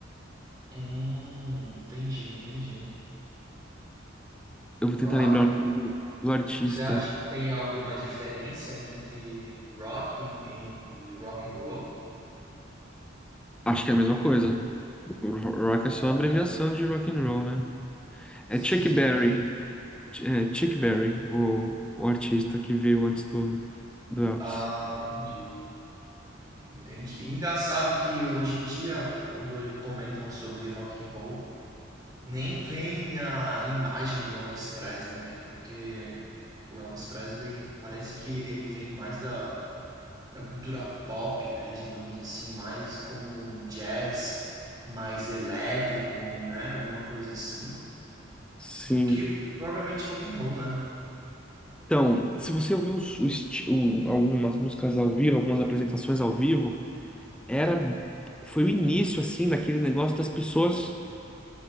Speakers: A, on the right; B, in the centre.
A: Hum, entendi, entendi.
B: Eu
A: Rock?
B: vou tentar lembrar o nome do artista.
A: Você acha que tem alguma diferença entre rock em- em- e rock and roll?
B: Acho que é a mesma coisa. O ro- Rock é só
A: É,
B: a abreviação
A: né?
B: de rock and roll, né?
A: Sim,
B: É Chuck Berry.
A: sim.
B: Ch- É Chuck Berry, o, o artista que veio antes do, do Elvis.
A: Ah, entendi. Entendi. Engraçado que hoje em dia, quando aí comentam sobre rock and roll, nem vem a imagem do Elvis Presley, né? Porque o Elvis Presley parece que ele vem mais da, da cultura pop, né? Digamos assim, mais como um jazz mais elétrico, né? Alguma coisa assim.
B: Sim.
A: Do que propriamente rock and roll, né?
B: Então, se você ouviu os- o esti- o- algumas músicas ao vivo, algumas apresentações ao vivo, era foi o início assim daquele negócio das pessoas.